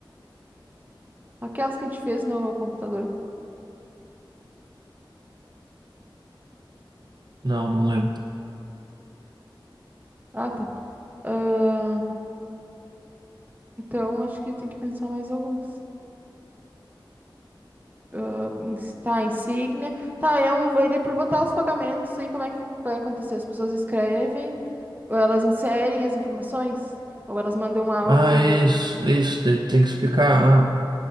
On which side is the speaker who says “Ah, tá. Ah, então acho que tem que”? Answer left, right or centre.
Right